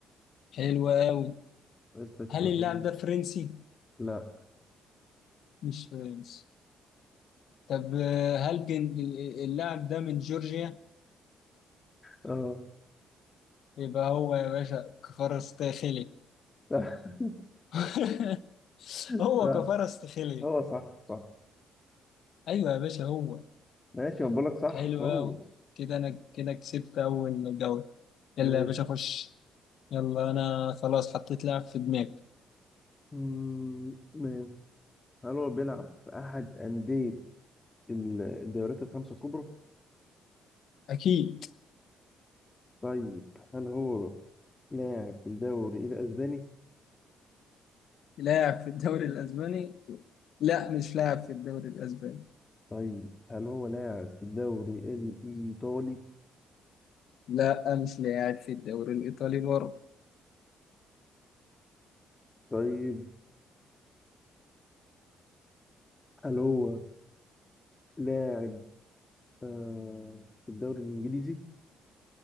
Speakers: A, on the left (about 70°); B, on the left (about 20°).
A: حلو قوي
B: نسألك
A: هل
B: سؤال
A: اللاعب
B: هجوم.
A: ده فرنسي
B: لا
A: مش فرنسي طب هل جن- اللاعب ده من جورجيا
B: اه
A: يبقى هو يا باشا كفارستخيلي
B: <laughs>
A: <laughs>
B: صح
A: هو كفارستخيلي
B: هو صح صح
A: ايوه يا باشا هو
B: ماشي بقول لك صح
A: حلو
B: هو
A: أوي كده أنا كده كسبت أول جولة يلا
B: ماشي
A: يا باشا خش يلا أنا خلاص حطيت لاعب في دماغي
B: مم، ماشي هل هو بيلعب في أحد أندية ال- الدوريات الخمسة الكبرى؟
A: أكيد
B: طيب هل هو لاعب في الدوري الأسباني؟
A: لاعب في الدوري الأسباني لا مش لاعب في الدوري الأسباني
B: طيب هل هو لاعب في الدوري الإيطالي؟
A: لا مش لاعب في الدوري الإيطالي برضه
B: طيب هل هو لاعب آه في الدوري الإنجليزي؟